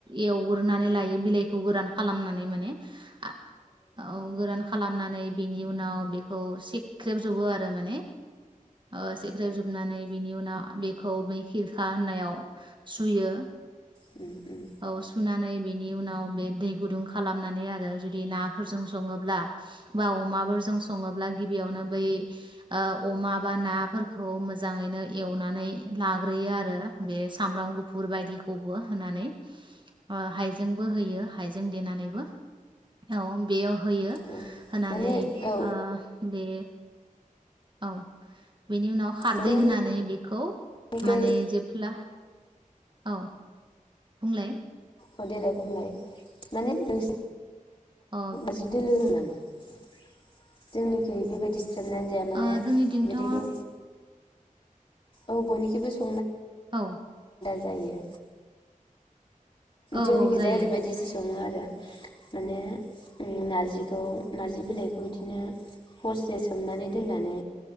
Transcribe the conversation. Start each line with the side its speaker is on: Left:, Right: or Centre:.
Right: एवग्रोनानै लायो बिलाइखौ गोरान खालामनानै माने <unintelligible> औ गोरान खालामनानै बेनि उनाव बेखौ सिख्रेबजोबो आरो माने ओ सिख्रेब जोबनानै बिनि उनाव बेखौ बै खिरखा होननायाव सुयो
Left: उम उम
Right: औ सुनानै बेनि उनाव बे दै गुदुं खालामनानै आरो जुदि नाफोरजों सङोब्ला बा अमाबोरजों सङोब्ला गिब बेयावनो बै ओ अमा बा नाफोरखौ मोजाङैनो एवनानै लाग्रोयो आरो बे सामब्राम गुफुर बायदिखौबो हानानै ओ हायज जोंबो होयो हाइजें देनानैबो। औ बेयाव होयो
Left: औ उम औ
Right: होनानै
Left: माने औ
Right: हा बे औ बेनि उनाव खारदै
Left: माने
Right: होनानै बेखौ
Left: नोंसिनिखै
Right: माने जेब्ला औ बुंंलाय
Left: अ देलाय बुंलाय माने नों
Right: अ
Left: <unintelligible> <unintelligible> जोंनिजाय बेबायदि सोमनानै जाया माने
Right: ओ जोंनिथिंथ'
Left: बिदिखौ
Right: औ
Left: औ बयनिखोबो
Right: औ
Left: जायो।
Right: औ
Left: जोंनिखिजाय
Right: जायो
Left: ओरैबायदिसो सङो आरो <unintelligible> माने ओं नारजिखौ नारजि बिलाइखौ इदिनो हरसे सोमनानै दोननानै